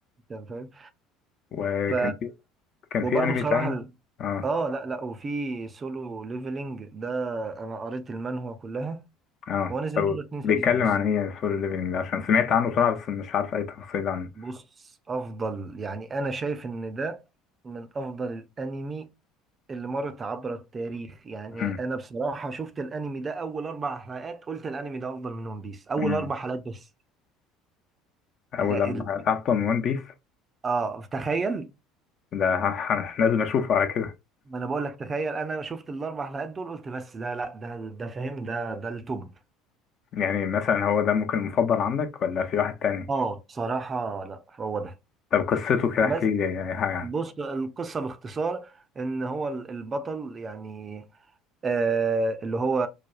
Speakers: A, on the right; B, on the left.
A: انت فاهم
B: وكان
A: ف
B: في كان
A: وبرضه
B: في انمي
A: بصراحة
B: تاني
A: ال-
B: اه
A: اه لا لا وفي سولو ليفلينج ده انا قريت المانهوا كلها
B: اه
A: هو نزل
B: طب
A: منه اتنين سيزون
B: بيتكلم
A: بس
B: عن ايه سولو ليفلنج ده عشان سمعت عنه بصراحة بس مش عارف اي تفاصيل عنه
A: بص افضل يعني انا شايف ان ده من افضل الانمي اللي مرت عبر التاريخ يعني
B: امم
A: انا بصراحة شفت الانمي ده اول اربع حلقات قلت الانمي ده افضل من ون بيس اول
B: امم
A: اربع حلقات بس لا
B: اول اربع
A: ال...
B: حلقات أصلاً من ون بيس
A: اه تخيل
B: ده <laughs> لازم اشوفه على كده
A: ما انا بقول لك تخيل انا شفت الاربع حلقات دول قلت بس لا لا ده ده فاهم ده ده التوب
B: يعني مثلا هو ده ممكن المفضل عندك ولا في واحد تاني
A: اه بصراحة لا هو ده
B: طب قصته كده
A: بس
B: احكي لي اي حاجة عنه
A: بص القصة باختصار ان هو ال- البطل يعني آه اللي هو